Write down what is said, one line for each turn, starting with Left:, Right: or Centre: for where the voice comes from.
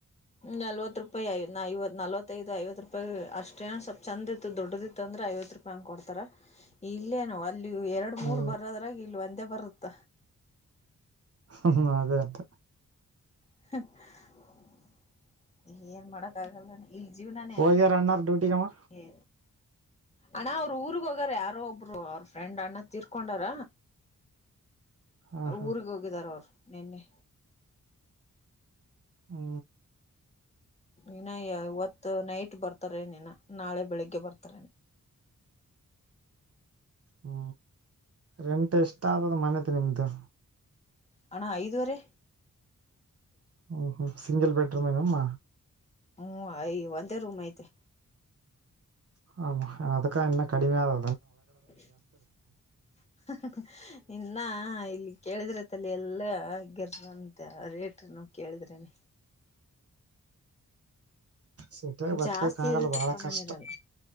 Left: ನಲವತ್ತ ರೂಪಾಯಿ ಐ ಐವತ್ತು ನಲ್ವತ್ತೈಐದು ಐವತ್ತು ರೂಪಾಯಿ ಅಷ್ಟೇನು ಸ್ವಲ್ಪ ಚಂದ ಇತ್ತು ದೊಡ್ಡದಿತ್ತು ಅಂದ್ರ ಐವತ್ತ ಐವತ್ತ ರೂಪಾಯಿ ಅಂಗ ಕೊಡ್ತಾರ ಇಲ್ಲೇನೋ ಇಲ್ಲಿ ಎರಡು
Right: ಹ್ಮ್
Left: ಮೂರು ಬರದ್ರಾಗ ಇಲ್ಲಿ ಒಂದೇ ಬರುತ್ತ
Right: ಹು ಹು ಅದೇ ಅಂತೆ
Left: <unintelligible> ಏನ್ ಮಾಡಕ ಆಗಲ್ಲ ಅಣ್ಣ ಇಲ್ಲಿ ಜೀವನೇ
Right: ಹೋಗ್ಯಾರ
Left: ಹಂಗ
Right: ಅಣ್ಣಾರ್ ಡ್ಯೂಟಿಗಮ್ಮ
Left: ಗೆ ಅಣ್ಣ ಅವರ ಊರಿಗೆ ಹೋಗಿವರೆ ಯಾರೋ ಒಬ್ರು ಅವ್ರ ಫ್ರೆಂಡ್ ಅಣ್ಣ ತೀರ್ಕೊಂಡಾರ
Right: ಹಾ ಹಾ
Left: ಊರಗ ಹೋಗಿದಾರ ಅವರು ನಿನ್ನೆ
Right: ಹು
Left: ಇನ್ನ ಇವತ್ತು ನೈಟ್ ಬರ್ತಾರೆ ಏನು ನಾಳೆ ಬೆಳಿಗ್ಗೆ ಬರ್ತಾರನ
Right: ಹು ರೆಂಟ ಇಷ್ಟ ಆಗೂದು ಮನೆದು ನಿಮ್ದು
Left: - ಅಣ್ಣ ಐದುವರೆ
Right: ಹು ಹು ಸಿಂಗಿಲ್ ಬೆಡ್ ರೂಮ್ ಏನಮ್ಮ
Left: ಹು ಐ ಒಂದೇ ರೂಮ್ ಐತೆ
Right: ಹಾ ಅಮ್ಮ ಅದಕ್ಕ ಇನ್ನ ಕಡಿಮೆ ಅದ
Left: <unintelligible> ಇನ್ನ ಇ ಕೇಳಿದ್ರೆ ತಲೆ ಎಲ್ಲ ಆಗಿರ ಅಂತೆ ರೇಟ್ರನು ಕೇಳಿದ್ರೇನ
Right: ಸಿಟಿಯಾಗ ಬತ್ಕಕ್
Left: ಜಾಸ್ತಿ
Right: ಆಗಲ್ಲ
Left: ಇರುತ್ತೆ
Right: ಬಹಳ
Left: ಕಮ್ಮಿ
Right: ಕಷ್ಟ
Left: ಇರಲ್ಲ